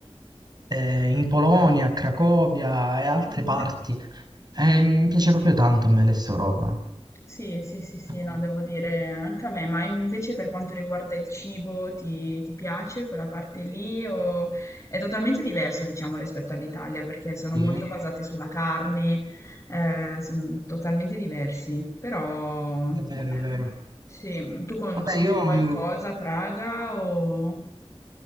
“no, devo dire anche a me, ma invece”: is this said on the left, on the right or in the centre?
Left